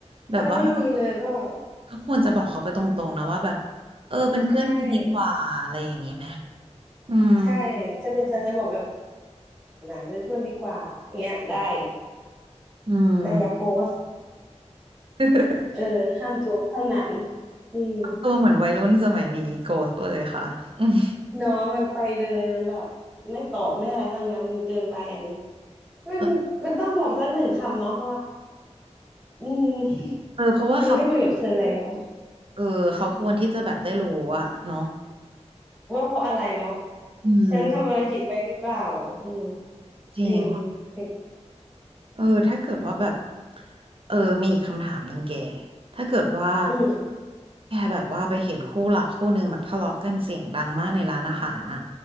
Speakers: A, on the right; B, in the centre.
A: แบบว่า
B: ถ้าไม่มีเลยก็
A: ก็ควรจะบอกเขาไปตรงๆนะว่าแบบ เออเป็นเพื่อนกันดีกว่าอะไรอย่างเงี้ยไหม
B: ใช่
A: อืม
B: ใช่ถ้าเป็นฉันฉันบอกแบบ นั้นเป็นเพื่อนดีกว่าเงี้ยได้
A: อืม
B: แต่อย่าโกส <laughs>
A: <laughs>
B: เออห้ามโกสเท่านั้นอืม
A: ทำตัวเหมือนวัยรุ่นสมัยนี้โกสเลยค่ะอืม
B: เนาะมันไปเลยมันแบบไม่ตอบไม่อะไรทั้งนั้นมันเกินไปอันนี้มันมันต้องบอกสักหนึ่งคำเนาะว่า
A: เออ
B: อืม <laughs>
A: เออเพราะว่าเขา
B: ฉันไม่คุยกับเธอแล้ว
A: เออเขาควรที่จะแบบได้รู้อะเนาะ
B: ว่าเพราะอะไรเนาะ
A: อืม
B: ฉันทำอะไรผิดไปหรือเปล่าอืม
A: จริง
B: จริงเห็น
A: เออถ้าเกิดว่าแบบเออมีอีกคำถามหนึ่งแกถ้าเกิดว่า
B: อืม
A: แกแบบว่าไปเห็นคู่รักคู่หนึ่งแบบทะเลาะกันเสียงดังมากในร้านอาหารอะ